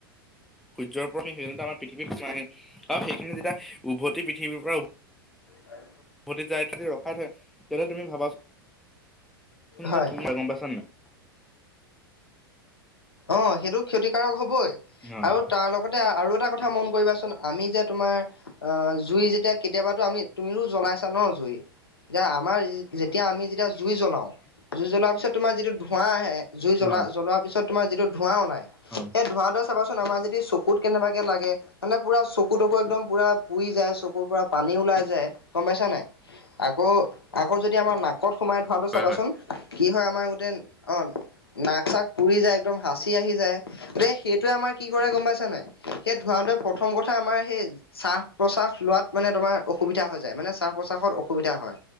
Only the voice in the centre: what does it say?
সূৰ্যৰও সেই সেই আমাৰ পৃথিৱীত পিচ আহে আৰু সেইখিনি যেতিয়া উভতি পৃথিৱীৰ পৰা
যায় তেতিয়া ৰখাই থয় তেয়াহলে তুমি ভাবা চোন তুম
যো কি মা গম পাছ নাই <unintelligible>
হয়।
হয়,
হয়
হয়,